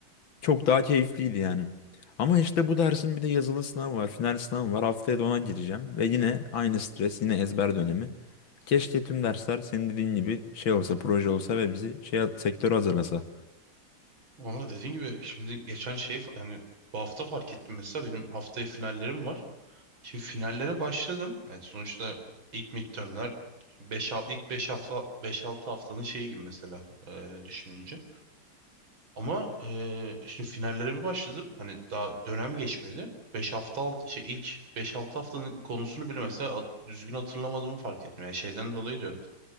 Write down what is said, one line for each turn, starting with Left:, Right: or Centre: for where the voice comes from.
Left: Çok daha keyifliydi yani. Ama işte bu dersin bir de yazılı sınavı var, final sınavı var. Haftaya da ona gireceğim ve yine aynı stres, yine ezber dönemi. Keşke tüm dersler senin dediğin gibi şey olsa, proje olsa ve bizi şey sektöre hazırlasa.
Right: Ama dediğin gibi şimdi geçen şey fa- hani bu hafta fark ettim mesela benim haftaya finallerim var. Şimdi finallere başladım. Evet sonuçta ilk midtermler beş ilk 5 hafta beş altı haftanın şeyi gibi mesela e, düşününce. Ama e, şimdi finallere bir başladım. Hani daha dönem geçmedi. 5 hafta alt şey ilk beş altı haftanın konusunu bile mesela a- düzgün hatırlamadığımı fark ettim. Yani şeyden dolayı diyorum.